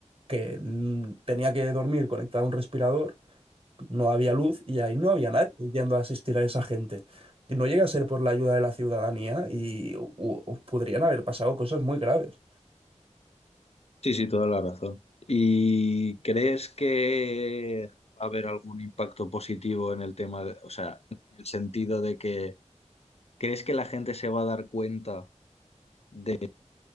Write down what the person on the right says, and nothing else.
que mm, tenía que dormir conectada a un respirador, no había luz y ahí no había nadie yendo a asistir a esa gente. Y no llega a ser por la ayuda de la ciudadanía y u- u- podrían haber pasado cosas muy graves.